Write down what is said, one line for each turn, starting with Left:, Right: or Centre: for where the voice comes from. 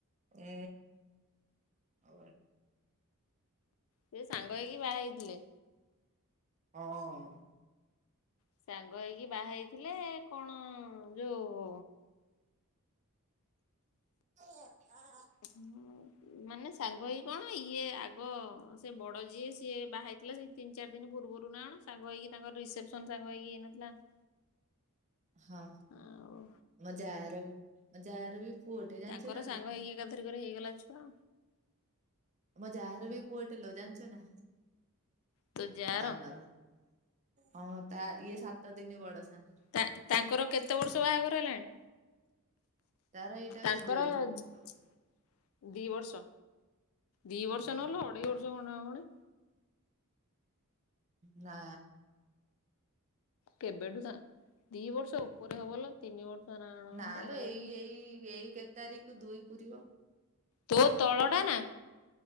Right: ଏ ଓ
Left: ସେ ସାଙ୍ଗ ହେଇକି ବାହା ହେଇଥିଲେ
Right: ହଁ।
Left: ସାଙ୍ଗ ହେଇକି ବାହାହେଇଥିଲେ କଣ ଯୋଉ
Right: ଏ ଆ
Left: ହୁଁ ମାନେ ସାଙ୍ଗ ହେଇକି କଣ ଇଏ ଆଗ ସେ ବଡ ଯିଏ ସିଏ ବାହହେଇଥିଲା ସେଇ ତିନି ଚାରି ଦିନ ପୂର୍ବରୁ ନା କଣ ସାଙ୍ଗ ହେଇକି ତାଙ୍କର ରିସେପସନ ସାଙ୍ଗ ହେଇକି ହେଇନଥିଲା ନା
Right: ହଁ
Left: ଆଉ
Right: ମୋ ଯାର ମୋ ଯାର ବି ପୁଅଟେ ଜାଣିଛୁ
Left: ତାଙ୍କର
Right: ନାଲୋ?
Left: ସାଙ୍ଗ ହେଇକି ଏକାଥରକରେ ହେଇଗଲା ଛୁଆ
Right: ଆମ ଯାଆର ବି ପୁଅଟେ ଲେ ଜାଣିଛୁନା
Left: ତୋ ଯାଆର
Right: ସାନର ହଁ ତା ଇଏ ସାତ ଦିନ ବଡ ସାନ।
Left: ତା ତାଙ୍କର କେତେ ବର୍ଷ ବାହାଘର ହେଲାଣି?
Right: ତାର ଏଇଟାକୁ
Left: ତାଙ୍କର
Right: ଦୁଇ
Left: ଦି
Right: ହବ।
Left: ବର୍ଷ। ଦି ବର୍ଷ
Right: ଉଁ
Left: ନୁହେଁଲୋ ଅଢେଇ ବର୍ଷ ଖଣ୍ଡେ ହବଣି
Right: ନା
Left: କେବେଠୁ ତା ଦି ବର୍ଷ ଉପରେ ହବଲୋ ତିନି ବର୍ଷ ନା
Right: ନାଲୋ
Left: କଣ ହେ
Right: ଏଇ ଏଇ ଏଇ କେ ତାରିଖକୁ ଦୁଇ ପୁରିବ।
Left: ତୋ ତଳ ଟା ନା?